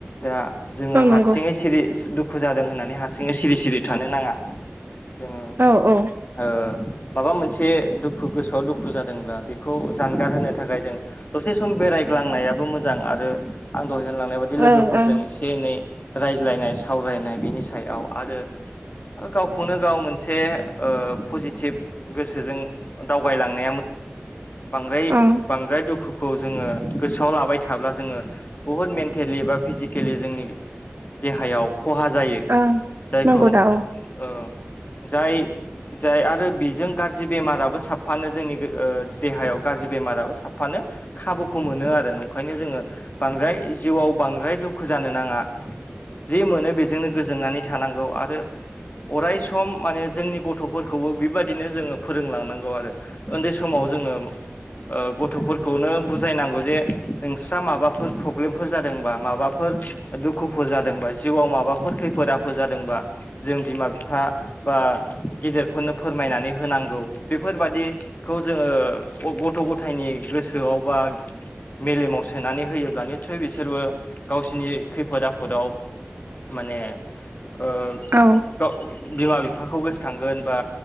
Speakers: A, on the left; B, on the right.
A: दा जोङो
B: औ नंगौ
A: हारसिङै सिरि <unintelligible> दुखु जादों होननानै हारसिङै सिरि सिरि थानो नाङा जोङो
B: औ औ
A: ओ-माबा मोनसे दुखु गोसोआव दुखु जाद दोंब्ला बेखौ जानगार होनो थाखाय जों दसे सम बेरायग्लांनायाबो मोजां आरो। आं दहाय होनलांनाय बायदि लोगोफोरजों
B: ओं
A: एसे एनै रायज्लायनाय सावरायनाय बिनि सायाव आरो गावखौनो गाव मोनसे ओ-पजिटिभ गोसोजों दावगायलांनाय बांद्राय
B: ओं
A: बांद्राय दुखु खौ जोङो गोसोआव लाबाय थाब्ला जोङो बुहुद मेन्टेलि बा फिजिकेलि जोंनि देहायाव खहा जायो।
B: ओं
A: जायखौ
B: नंगौ दा औ
A: ओ-जाय जाय आरो बेजों गाज्रि बेमाराबो साफानो जोंनि ओ-देहायाव गाज्रि बेमाराबो सााबफानो खाबुखौ मोनो आरो नंखायनो जोङो बांद्राय जिउआव बांद्राय दुखु जानो नाङा। जि मोनो बेजोंनो गोजोननानै थानांगौ आरो। अराय सम माने जोंनि गथ'फोरखौबो बेबायाददिनो जोङो फोरोंलांनांगौ आरो। ओनदै समाव जोङो। ओ-गथ'फोरखौनो बुजायनांगौ जे नोंस्रा माबाफोर प्रब्लेमफोर जादोंबा माबाफोर दुखुफोर जादोंबा जिउआव माबाफोर खैफोद आफोद जादोंबा। जों बिमा बिफा बा गेदेरफोरनो फोरमायनानै होनांगौ बेफोरबादि खौ जोङो गथ' गथायनि गोसोआव बा मेलेमाव सोनानै होयोब्ला निसय बिसोरबो गावसिनि खैफोद आफोदाव। माने ओ-
B: औ
A: गाव बिमा बिफाखौ गोसोखांगोन बा